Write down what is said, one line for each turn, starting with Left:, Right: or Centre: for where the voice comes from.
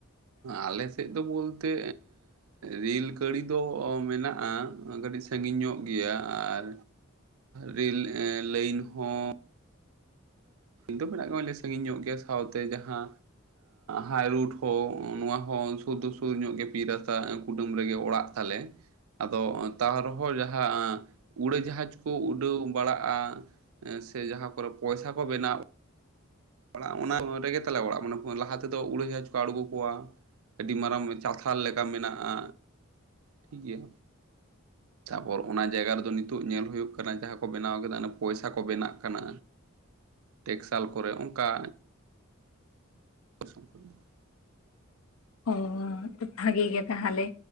Right: ᱟᱞᱮ ᱥᱮᱫ ᱫᱚ ᱵᱚᱞᱛᱮ ᱨᱮᱹᱞ ᱜᱟᱹᱲᱤ ᱫᱚ ᱢᱮᱱᱟᱜ-ᱟ ᱠᱟᱹᱴᱤᱡ ᱥᱟᱺᱜᱤᱧ ᱧᱚᱜ ᱜᱮᱭᱟ ᱟᱨ ᱨᱮᱹᱞ ᱞᱟᱹᱭᱤᱱ ᱦᱚᱸ ᱫᱚ ᱢᱮᱱᱟᱜ ᱜᱮ ᱥᱟᱺᱜᱤᱧ ᱧᱚᱜ ᱜᱮᱭᱟ ᱥᱟᱶᱛᱮ ᱡᱟᱦᱟ ᱦᱟᱭᱨᱳᱰ ᱦᱚᱸ ᱱᱚᱣᱟ ᱦᱚᱸ ᱥᱩᱨ ᱫᱚ ᱥᱩᱨ ᱧᱚᱜ ᱜᱮ ᱯᱤᱪ ᱨᱟᱥᱛᱟ ᱠᱩᱰᱟᱹᱢ ᱨᱮᱜᱮ ᱚᱲᱟᱜ ᱛᱟᱞᱮ᱾ ᱟᱫᱚ ᱛᱟᱣ ᱨᱮᱦᱚᱸ ᱡᱟᱦᱟᱸ ᱩᱲᱟᱹ ᱡᱟᱦᱟᱡᱽ ᱠᱚ ᱩᱰᱟᱹᱣ ᱵᱟᱲᱟᱜ-ᱟ᱾ ᱮ ᱥᱮ ᱡᱟᱦᱟᱸ ᱠᱚᱨᱮ ᱯᱚᱭᱥᱟ ᱠᱚ ᱵᱮᱱᱟᱣ᱾ ᱚᱲᱟᱜ ᱚᱱᱟ ᱨᱮᱜᱮ ᱛᱟᱞᱮ ᱚᱲᱟᱜ ᱢᱟᱱᱮ ᱞᱟᱦᱟ ᱛᱮᱫᱚ ᱩᱲᱟᱹᱡᱟᱦᱟᱡᱽ ᱠᱚ ᱟᱲᱜᱩ ᱠᱚᱣᱟ᱾ ᱟᱹᱰᱤ ᱢᱟᱨᱟᱝ ᱪᱟᱛᱷᱟᱞ ᱞᱮᱠᱟ ᱢᱮᱱᱟᱜ-ᱟ ᱴᱷᱤᱠ ᱜᱮᱭᱟ᱾ ᱛᱟᱨ ᱯᱚᱨ ᱚᱱᱟ ᱡᱟᱭᱜᱟ ᱨᱮᱫᱚ ᱱᱤᱛᱚᱜ ᱧᱮᱞ ᱦᱩᱭᱩᱜ ᱠᱟᱱᱟ, ᱡᱟᱦᱟᱸ ᱠᱚ ᱵᱮᱱᱟᱣ ᱠᱮᱫᱟ ᱯᱚᱭᱥᱟ ᱠᱚ ᱵᱮᱱᱟᱜ ᱠᱟᱱᱟ᱾ ᱴᱮᱠᱥᱟᱞ ᱠᱚᱨᱮ ᱚᱝᱠᱟ᱾ ᱥᱚᱝᱠᱚ ᱫᱚ ᱾
Left: ᱚ ᱟ ᱵᱷᱟᱹᱜᱮ ᱜᱮ ᱛᱟᱦᱟᱞᱮ᱾